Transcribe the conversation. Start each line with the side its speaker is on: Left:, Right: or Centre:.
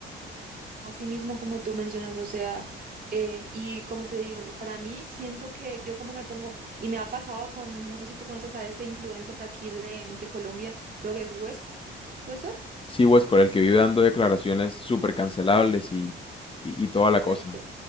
Right: Así mismo como tú mencionas, o sea, eh, y como te digo, para mí siento que yo como me pongo, y me ha pasado con, no sé si tú conoces a ese influencer de aquí de, de Colombia, creo que es Huescol, ¿puede ser?
Left: Sí, Westcol, el que vive dando declaraciones súper cancelables y, y, y toda
Right: Exacto.
Left: la cosa.